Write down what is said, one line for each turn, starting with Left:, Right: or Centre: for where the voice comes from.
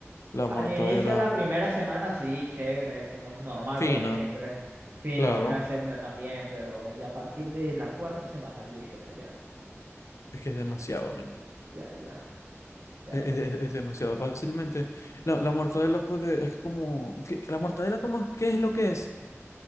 Left: La
Right: Al
Left: mortadela
Right: inicio de la primera semana, sí, chévere, como normal,
Left: fina,
Right: como siempre. Fino,
Left: claro,
Right: la segunda también, pero ya a partir de la cuarta semana yo dije, no, ya,
Left: es que es demasiado, men.
Right: ya, ya, ya,
Left: Es,
Right: ya.
Left: es- es demasiado fácilmente. La, la mortadela puede, es como, que, la mortadela como, es- ¿qué es lo que es?